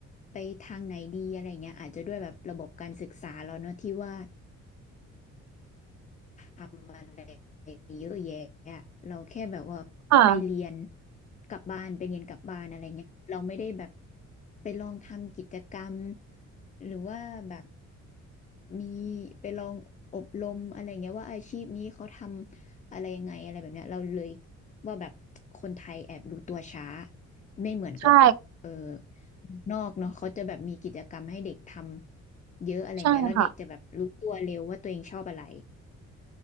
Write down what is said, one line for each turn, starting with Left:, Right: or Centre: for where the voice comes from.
Left: ไปทางไหนดีอะไรเงี้ยอาจจะด้วยแบบระบบการศึกษาเราเนอะที่ว่า ทำอะไรเยอะแยะอะเราแค่แบบว่าไปเรียน
Right: ค่ะ
Left: กลับบ้านไปเรียนกลับบ้านอะไรเงี้ยเราไม่ได้แบบไปลองทำกิจกรรมหรือว่าแบบมีไปลองอบรมอะไรเงี้ยว่าอาชีพนี้เขาทำอะไรยังไงอะไรแบบเนี้ยเราเลยว่าแบบคนไทยแอบรู้ตัวช้าไม่เหมือนกับเออ
Right: ใช่
Left: นอกเนาะเขาจะแบบมีกิจกรรมให้เด็กทำเยอะอะไรเงี้ยแล้วเด็กจะแบบรู้ตัวเร็วว่าตัวเองชอบอะไร
Right: ใช่ค่ะ